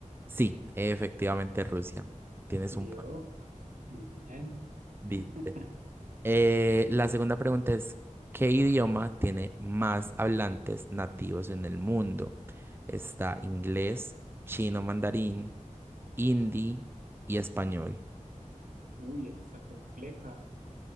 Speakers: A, on the right; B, on the right.
A: Sí, efectivamente Rusia. Tienes
B: Vio,
A: un punto.
B: muy bien.
A: Viste.
B: <laughs>
A: Eh, la segunda pregunta es, ¿qué idioma tiene más hablantes nativos en el mundo? Está inglés, chino mandarín, hindi y español.
B: Uy, esa está compleja.